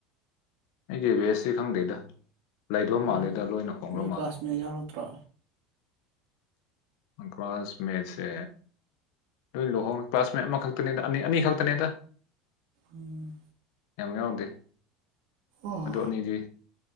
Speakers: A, on the left; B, on the right.
A: ꯑꯩꯒꯤ ꯕꯦꯁꯁꯤ ꯈꯪꯗꯦꯗ ꯂꯩꯗꯕ
B: ꯎꯝ
A: ꯃꯥꯜꯂꯦꯗ ꯂꯣꯏꯅ ꯍꯣꯡꯈ꯭ꯔ
B: ꯅꯣꯏ ꯀ꯭ꯂꯥꯁꯃꯦꯠ
A: ꯃꯥꯜꯂꯦ
B: ꯌꯥꯎꯔꯛꯇ꯭ꯔꯣ
A: ꯑꯀꯋꯥꯥꯁ ꯃꯦꯁꯦ ꯂꯣꯏ ꯂꯨꯍꯣꯡꯉ ꯀ꯭ꯂꯥꯁ ꯃꯦꯟ ꯑꯃꯈꯛꯇꯅꯦꯗ ꯑꯅꯤ ꯑꯅꯤ ꯈꯛꯇꯅꯦꯗ
B: ꯎꯝ
A: ꯑꯕ ꯌꯥꯎꯗꯦ
B: ꯑꯣ
A: ꯑꯗꯨ ꯑꯅꯤꯗꯤ